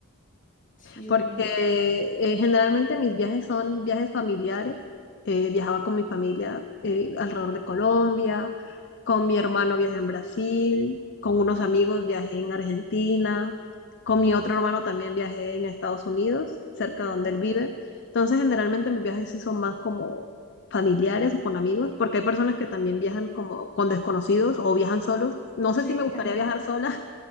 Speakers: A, on the left; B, on the left.
A: Sí,
B: porque
A: definitivamente.
B: eh, generalmente mis viajes son viajes familiares. Eh, viajaba con mi familia eh, alrededor de Colombia, con mi hermano viajé en Brasil, con unos amigos viajé en Argentina, con mi otro hermano también viajé en Estados Unidos, cerca
A: Qué
B: de donde
A: padre.
B: él vive. Entonces, generalmente mis viajes sí son más como familiares o con amigos, porque hay personas que también viajan como con desconocidos o viajan solos. No sé
A: Sí,
B: si me
A: claro.
B: gustaría viajar sola,